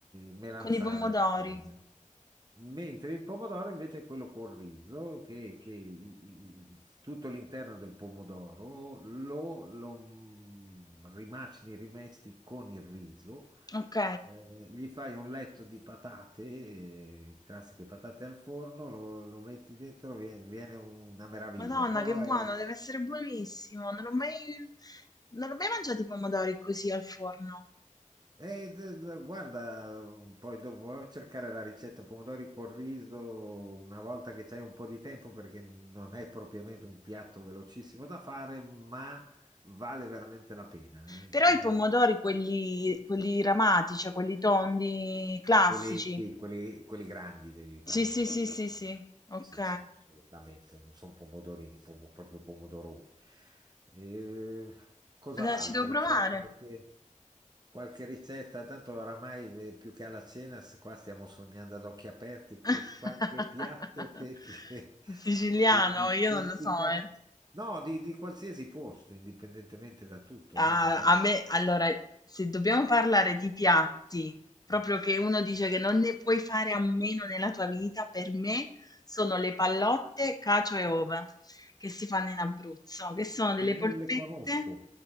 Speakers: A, on the right (about 30°); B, on the left (about 30°).
A: melanzana
B: con i pomodori.
A: ripiena, mentre il pomodoro invece è quello col riso, che, che il- il- tutto l'interno del pomodoro lo, lo mm, rimacini, rimesti con il riso,
B: Ok.
A: eh, gli fai un letto di patate, eh, classiche patate al forno, lo, lo metti dentro, viene, viene una meraviglia,
B: Madonna,
A: però
B: che buono,
A: è,
B: deve essere buonissimo. Non ho mai, non ho mai mangiato i pomodori così al forno.
A: E, d- d- guarda, poi dovrò cercare la ricetta pomodori col riso una volta che c'hai un po' di tempo perché non è propriamente un piatto velocissimo da fare, ma vale veramente la pena. eh.
B: Però
A: Sono
B: i pomodori, quelli, quelli ramati, cioè quelli tondi classici.
A: quelli, sì, quelli, quelli grandi devi prendere.
B: Sì, sì, sì, sì, sì. Ok,
A: Sì, sì, assolutamente. Non sono pomodorini, pomo- proprio pomodoroni. Eh, cos'altro?
B: allora ci devo provare.
A: C'è qualche... Qualche ricetta, tanto oramai eh, più che alla cena, s- qua stiamo sognando ad occhi aperti, qu-
B: <laughs>
A: qualche piatto che, che- <laughs>
B: Siciliano,
A: che ti
B: io
A: stuzzica.
B: non lo so, eh.
A: No, di, di qualsiasi posto, indipendentemente da tutto,
B: A,
A: eh, magari.
B: a me, allora, se dobbiamo parlare di piatti, proprio
A: Mm.
B: che uno dice che non ne puoi fare a meno nella tua vita, per me sono le pallotte, cacio e ova che si fanno in Abruzzo, che sono delle
A: E
B: polpette,
A: non le conosco.